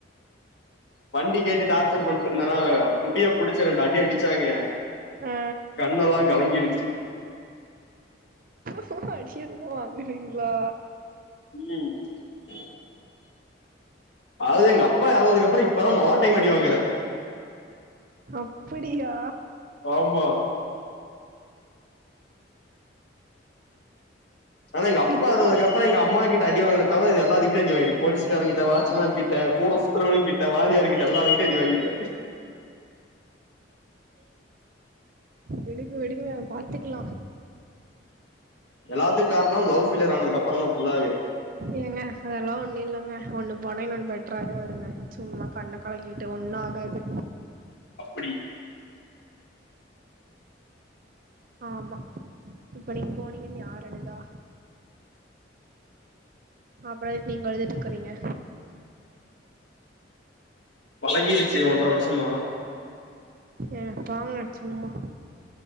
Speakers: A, on the left; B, on the right.
A: வண்டி கேட்டு டார்ச்சர் பண்ணட்டுருந்தனா முடிய புடிச்சி ரெண்டு அடி அடிச்சாங்க
B: ஆ
A: கண்ணெல்லா கலங்கிருச்சி
B: இப்பவு அடிய எல்லா வாங்குறீங்ளா
A: ம் அது எங்க அப்பா இறந்துதப்புறமா இப்பதா மொதா டைம் அடிவங்கற
B: அப்படியா
A: ஆமா ஆனா எங்க அப்பா
B: இதா
A: எறந்ததுக்கு அப்புற எங்க அம்மா கிட்ட அடிவாங்கனல் தவர மீதி எல்லாத்து கிட்டயு அடி வாங்கிட்ட போலீஸ்கார கிட்ட வாட்சமேன் கிட்ட கூட சுத்தரவனுங்கிட்ட வாத்தியார் கிட்ட எல்லார் கிட்டயு அடி வாங்கிட்ட
B: விடுங்க விடுங்க பாத்துக்கலா
A: எல்லாத்து காரணம் லவ் ஃபேலியர் ஆனதுக்கப்புறந்தா ஃபுல்லாவே
B: ஏங்க அதெல்லா ஒண்ணு இல்லங்க ஒண்ணு போனா இன்னொன்னு பெட்டராே வருங்க சும்மா கண்ண கலக்கிட்டு ஒன்னு ஆகாது
A: அப்படி
B: ஆமா இப்ப நீங்க போனீங்கன்னு யார் அழுதா அப்புற எதுக் நீங்க அழுதுட்டு இக்கறீங்க
A: பழகிருச்சு ஒன்ற வருசமா
B: ஏங்த போங்க சும்மா